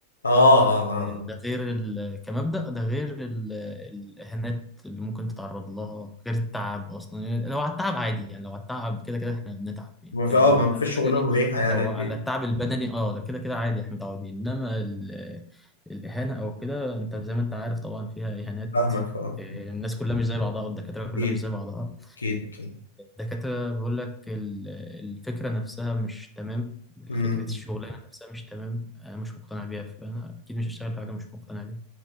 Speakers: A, on the left; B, in the centre.
A: اه اه اه
B: ده
A: اه.
B: غير ال... كمبدأ ده غير ال... الإهانات اللي ممكن تتعرض لها غير التعب أصلا يعني لو على التعب عادي يعني لو على التعب كده كده إحنا بنتعب يعني
A: ما
B: كده
A: في اه
B: لو
A: ما
B: على التعب
A: فيش شغلانه
B: البدني
A: مريحه يعني
B: لو
A: اكيد
B: على التعب البدني أه ده كده كده عادي إحنا متعودين إنما ال... الإهانة أو كده أنت زي ما أنت عارف طبعا فيها إهانات
A: فاهمك اه
B: آه، الناس كلها مش زي بعضها والدكاترة
A: اكيد
B: كلها مش زي بعضها
A: اكيد اكيد
B: الدكاترة بقول لك ال- الفكرة نفسها مش تمام
A: مم.
B: فكرة الشغلانة نفسها مش تمام أنا مش مقتنع بيها فأنا أكيد مش هشتغل في حاجة مش مقتنع بيها